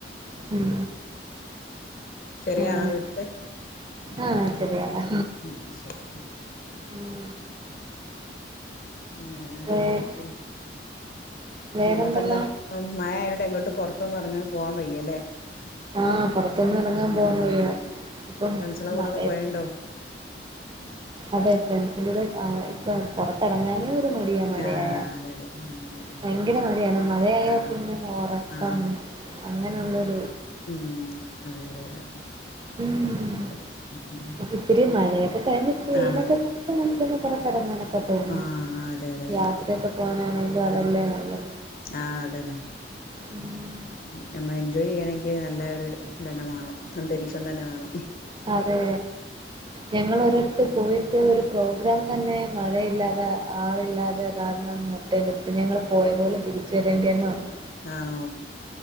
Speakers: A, on the right; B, on the left.
A: ഉം
B: ചെറിയ
A: അങ്ങനെ
B: ആളാ വീട്ട്ത്തെ ഉം
A: ആഹ് ചെറിയ ആളാ
B: ഉം ശരി
A: ഉം
B: പിന്നെ
A: വേ
B: ഉം
A: വേറെന്തല്ലാ
B: പിന്നെപ്പന്താ ഇപ്പം മഴ ആയതോണ്ട് എങ്ങട്ടും പൊറതൊന്നും എറങ്ങാ പോവാൻ വയ്യാല്ലേ
A: ആഹ് പുറത്തൊന്നും ഇറങ്ങാൻ
B: ഉം
A: പോവാൻ വയ്യ
B: അതെന്നെ
A: ഇപ്പം
B: ഫ്രണ്ട്സളെ കൂടൊക്കെ
A: മഴയത്ത്
B: പൊവേണ്ടോ
A: അതെ ഫ്രണ്ട്സിന്റുടെ ആ ഇപ്പൊ പൊറത്തെറങ്ങാന് ഇൻക്ക് മടിയാ മഴയായ
B: ആ അതെ അതെ ഉം അതെതെ
A: ഭയങ്കര മടിയാണ് മഴയായ
B: ആ
A: പിന്നെ ഒറക്കം
B: ആ
A: അങ്ങനൊള്ളൊരു
B: ഉം അതെ അതെ അതെ
A: ഉം
B: ശരി ഉം ഉം.
A: ഇത്തിരി മഴയൊക്കെകഴിഞ് ഇത്തിരി വെയിലൊക്കെ
B: ആ
A: കിട്ടുമെങ്കി ഒന്ന് പൊറത്തെറങ്ങണം ഒക്കെ തോന്നി
B: ആ അതെ അതെ അതെ
A: യാത്രയൊക്കെ പോകാനാണെിലും അതല്ലേ നല്ലത്.
B: ആഹ് അതന്നെ
A: ഉം
B: നമ്മള് എൻജോയ് ചെയ്യണെങ്കി നല്ലൊര് ഇതന്നെ വാണം അന്തരീക്ഷം തന്നെ വാണം
A: അതെ ഞങ്ങളൊരെ ടത്ത് പോയിട്ട് ഒരു പ്രോഗ്രാം തന്നെ മഴയില്ലാതെ ആളില്ലാതെ കാരണം എന്നിട്ട് പിന്നെ ഞങ്ങള് പോയ പോലെ തിരിച്ച് വരേണ്ടിവന്നു അന്ന്
B: ആണോ